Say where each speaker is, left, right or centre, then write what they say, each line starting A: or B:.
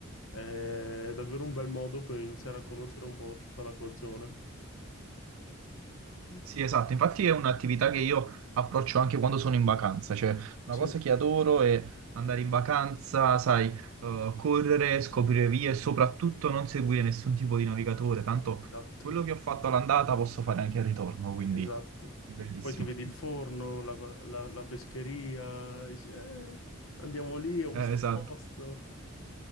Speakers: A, on the left; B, on the right.
A: è davvero un bel modo per iniziare a conoscere un po' tutta la tua zona. Mm.
B: Sì, esatto, infatti è un'attività che io approccio anche quando sono in vacanza, cioè una
A: Sì,
B: cosa che adoro è andare in vacanza, sai, eh, correre, scoprire vie e soprattutto non seguire nessun tipo di navigatore, tanto
A: esatto,
B: quello che ho fatto all'andata posso fare anche al ritorno, quindi
A: esatto.
B: bellissimo.
A: Poi ti vedi il forno, la, la- la pescheria, dici, "Eh, andiamo lì, ho visto
B: Eh, esatto.
A: un posto.